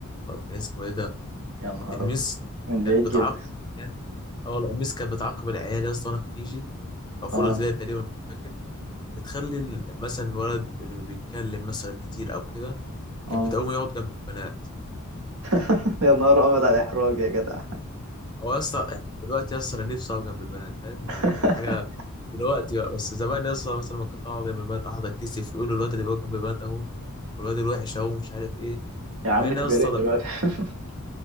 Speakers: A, on the left; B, on the right.
A: كان اسمه ايه ده
B: يا نهار
A: كانت الميس
B: ابيض من بعيد
A: كانت بتعاقب
B: جدا
A: يعني اه والله الميس كانت بتعاقب العيال يا اسطى وانا في كيجي او في
B: اه
A: اولى ابتدائي تقريبا مش فاكر بتخلي ال- مثلا الولد اللي ما بيتكلم مثلا كتير او كده
B: اه
A: كانت بتقوم يقعد جنب البنات
B: <laughs> يا نهار ابيض على الاحراج يا جدع
A: او يا اسطى يعني دلوقتي يا اسطى انا نفسي اقعد جنب البنات فاهم
B: <laughs>
A: يعني دي كانت حاجه دلوقتي بقى بس زمان يا اسطى مثلا ما كنت اقعد جنب البنات اقعد اتكسف يقولوا الواد اللي بيقعد جنب البنات اهو والواد الوحش اهو مش عارف ايه
B: يا عم
A: مع ان
B: طب
A: يا اسطى
B: يا ريت
A: ده
B: دلوقتي <laughs>